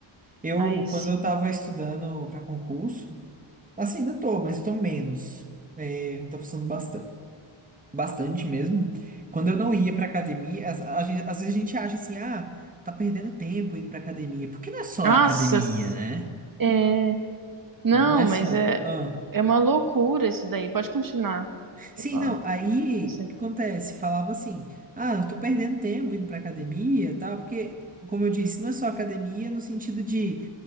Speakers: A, on the right; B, on the right.
A: Eu,
B: Aí
A: quando
B: se.
A: eu tava estudando para concurso, assim, ainda tô, mas tô menos. É, não tô precisando bastante, bastante mesmo. Quando eu não ia pra academia, às, às ve- às vezes a gente acha assim, ah, tá perdendo tempo indo pra academia. Porque não é só
B: Nossa!
A: academia, né?
B: É, não,
A: Não é
B: mas
A: só.
B: é,
A: ah.
B: é uma loucura isso daí. Pode continuar.
A: Sim,
B: Ó,
A: não, aí
B: você-
A: o que acontece? Falava assim, ah, eu tô perdendo tempo indo pra academia, e tal, porque, como eu disse, não é só academia no sentido de.